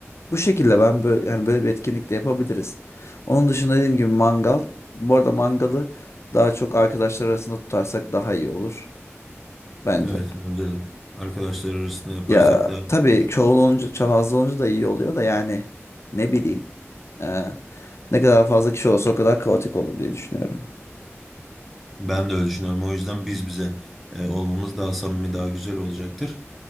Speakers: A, on the left (about 65°); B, in the centre.
A: Bu şekilde ben böyle yani böyle bir etkinlik de yapabiliriz. Onun dışında dediğim gibi mangal. Bu arada mangalı daha çok arkadaşlar arasında tutarsak daha iyi olur bence.
B: Evet bence de. Arkadaşlar arasında yaparsak
A: Ya
B: daha
A: tabii
B: iyi olur.
A: çoğul olunca, fazla olunca da iyi oluyor da yani ne bileyim. e, Ne kadar fazla kişi olsa o kadar kaotik olur diye düşünüyorum.
B: Ben de öyle düşünüyorum. O yüzden biz bize e, olmamız daha samimi, daha güzel olacaktır.